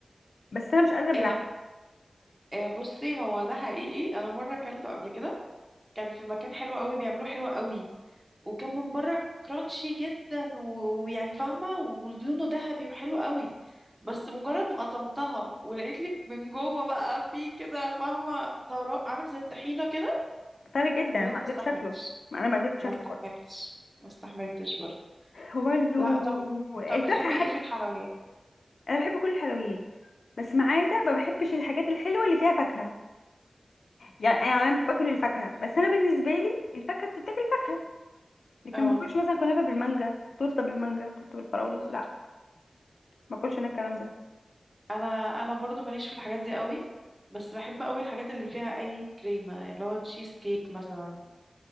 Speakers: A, on the left (about 85°); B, on the right (about 20°).
A: بس انا مش قادرة ابلعه
B: آه آه بصي هو ده حقيقي أنا مرة أكلته قبل كده كان في مكان حلو قوي بيعملوا حلو قوي وكان من بره كرانشي جدا و- ويعني فاهمة ولونه ذهبي وحلو قوي بس مجرد ما قطمتها ولقيت لك من جوه بقى في كده فاهمة طراء عامل زي الطحينة كده
A: طري جدا
B: بجد
A: ما
B: ما استحملتش
A: قدرتش شكله ما انا ما قدرتش
B: ما
A: شكله
B: استحملتش ما استحملتش برضه
A: هو برضه
B: لا طب
A: الفاكهة
B: طب بتحبي
A: حد
B: ايه في الحلويات
A: أنا بحب كل الحلويات بس ما عدا ما بحبش الحاجات الحلوة اللي فيها فاكهة يعني يعني أنا باكل الفاكهة بس أنا بالنسبة لي الفاكهة بتتاكل فاكهة لكن
B: اه
A: ما باكلش مثلا كنافة بالمانجا تورتة بالمانجا تورتة بالفراولة لا ما باكلش أنا الكلام ده
B: انا انا برضو ماليش في الحاجات دي قوي بس بحب قوي الحاجات اللي فيها اي كريمة اللي هو تشيز كيك مثلا